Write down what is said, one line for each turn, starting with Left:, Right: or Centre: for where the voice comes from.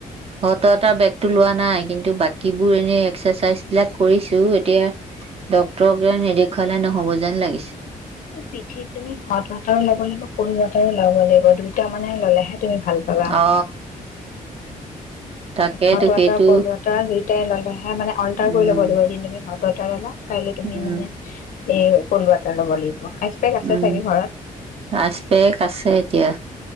Right: হট ৱাটাৰ বেগটো লোৱা নাই। কিন্তু বাকীবোৰ এনে এক্সাৰচাইজবিলাক কৰিছোঁ। এতিয়া ডক্টৰকে নেদেখুৱালে নহ'ব যেন লাগিছে।
Left: এই পিঠিত তুমি হ আৰু ল'ব লাগিব কহ বতাৰ লব লাগিব দুইটা মানে ললেহে তুমি ভাল পাবা
Right: অ তাকেইতো
Left: হট ৱাটাৰ
Right: সেইটো
Left: কল ৱাটাৰ হে তাইে ে মে অল্াৰ
Right: উম
Left: কৰি ল'ব লাগিব এদিন তুমি <unintelligible> ল'লা কাইলৈ তুমি
Right: উম
Left: মানে এই ফুল ৱাটাৰ ল'ব লাগিব আইচ পেক আছে
Right: উম
Left: চাগে ঘৰত
Right: আছ বে আছে এতিয়া